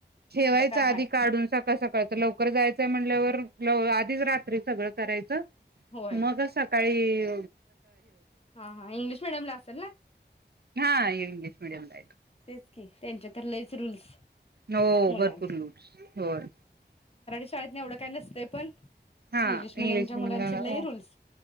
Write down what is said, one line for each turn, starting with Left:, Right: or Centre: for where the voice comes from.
Right: ठेवायचा
Left: कुठं काय
Right: आधी
Left: हाय
Right: काढून स कसं कळतं लवकर जायचय म्हणल्यावर ल आधीच रात्री सगळं करायचं.
Left: होय
Right: मग असं काळी
Left: हा हा इंग्लिश मिडयम ला असल ना.
Right: हा इंग्लिश मीडयमलाय तो.
Left: तेच की त्यांच्या तर लईच रूल्स.
Right: हो
Left: मुलांचे
Right: भरपूर लूटस होय.
Left: शाळेतन एवढं काय नसतंय पण
Right: हा
Left: इंग्लिश मिडियमच्या
Right: इंग्लिशमेडीयमला
Left: मुलांचे लय
Right: हा
Left: रूल्स